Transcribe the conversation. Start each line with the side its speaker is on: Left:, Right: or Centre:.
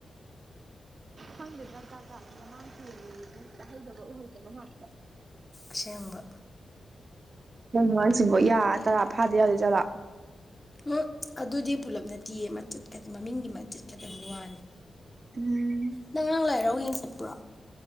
Right: ꯈꯪꯗꯦꯗ ꯖꯥꯠ ꯖꯥꯠꯅꯤ ꯌꯃꯥꯡ ꯀꯦꯜꯂꯦꯌꯦ ꯇꯥꯍꯩꯗꯕ ꯎꯍꯩꯗꯕ ꯉꯥꯛꯇ
Left: ꯑꯁꯦꯡꯕ
Right: ꯅꯣꯡ <unintelligible> ꯃꯔꯥꯡꯁꯤꯐꯛ ꯌꯥ ꯇꯔꯥꯗꯗꯤ ꯌꯥꯗꯦ ꯖꯔꯥ
Left: ꯍꯨꯡ ꯑꯗꯨꯗꯤ ꯄꯨꯂꯞꯅꯠꯇꯤꯌꯦ ꯃꯆꯦꯠ ꯈꯛꯇꯪ ꯃꯃꯤꯡꯒꯤ ꯃꯆꯦꯠ ꯈꯛꯇꯪ ꯋꯥꯅꯤ
Right: ꯎꯝ
Left: ꯅꯪ ꯉꯥꯔꯥꯡ ꯂꯥꯏ ꯍꯔꯥꯎ ꯌꯦꯡ ꯆꯠꯄ꯭ꯔꯣ